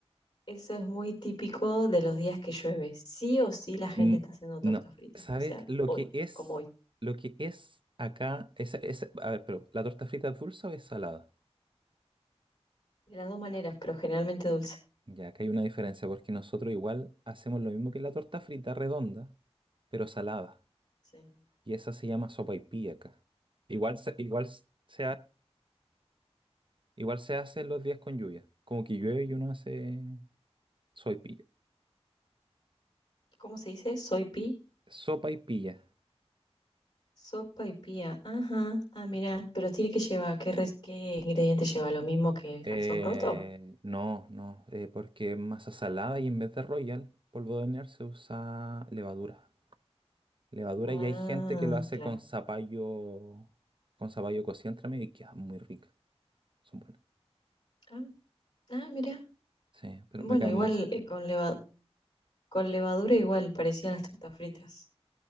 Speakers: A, on the left; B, on the right.
A: Eso es muy típico de los días que llueve. Sí o sí la gente
B: N-
A: está haciendo torta
B: no.
A: frita.
B: ¿Sabes
A: O sea,
B: lo
A: hoy,
B: que es?
A: como hoy.
B: Lo que es acá. Esa, esa- a ver, pero ¿la torta frita es dulce o es salada?
A: De las dos maneras, pero generalmente dulce.
B: Ya, acá hay una diferencia porque nosotros igual hacemos lo mismo que la torta frita redonda, pero salada.
A: Sí.
B: Y esa se llama sopaipilla acá. Igual se, igual se, ha- igual se hace los días con lluvia. Como que llueve y uno hace sopaipilla.
A: ¿Cómo se dice? Soy pi.
B: Sopa y pilla.
A: Sopa y pía. Ajá. Ah, mira. Pero tiene que llevar, ¿qué, re- qué ingrediente lleva? ¿Lo mismo que el
B: Eh,
A: calzón roto?
B: no, no, eh, porque es masa salada y en vez de Royal, polvo de hornear, se usa levadura. Levadura
A: Ah,
B: y hay gente que lo hace
A: claro.
B: con zapallo, con zapallo cocido entre medio y queda muy rica. Son buenas.
A: Ah, ah, mira.
B: Sí, pero
A: Bueno,
B: me caen
A: igual
B: mal. sí.
A: eh, con leva- con levadura igual parecían las tortas fritas,